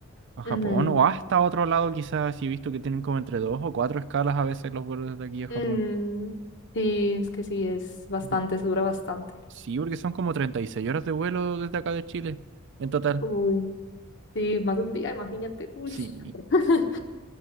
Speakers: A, on the right (about 55°); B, on the left (about 55°).
A: a Japón
B: Mm,
A: o hasta otro lado quizás. Si he visto que tienen como entre dos o cuatro escalas a veces los vuelos desde aquí a
B: mm,
A: Japón.
B: sí, es que sí, es bastante,
A: Por-
B: se dura bastante.
A: Sí, porque son como 36 horas de vuelo desde acá de Chile en total.
B: Uy, sí, más de un día, imagínate. Uy.
A: Sí.
B: <laughs>